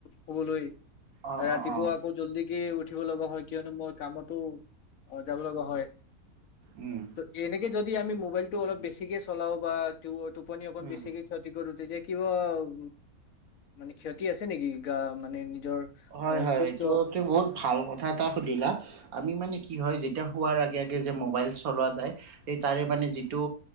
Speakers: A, on the left (about 70°); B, on the right (about 70°).
A: কবলৈ
B: অ',
A: ৰাতিটো
B: অ', অ',
A: আকৌ জল্দি কি উঠ পঠিব লগা হয় কিয়নো মই কামতো অ যাব লগা হয়
B: উম,
A: ত এনেকে যদি যদি আমি মোবাইলটো অলপ বেছিকে চলাওঁ বা টোপনি অকণ
B: উম।
A: বেছিকে ক্ষতি কৰো তেতিয়া কিবা উ মানে ক্ষতি আছে নেকি গা মানে নিজৰ
B: হয়
A: অ
B: হয়
A: সুস্থ
B: এইটো তু বহুত ভাল কথা এটা সুধিলা আমি মানে কি হয় যেত যেতিয়া শুৱাৰ আগে আগে যে মোবাইল চলোৱা যায় সেই তাৰে মানে যিটো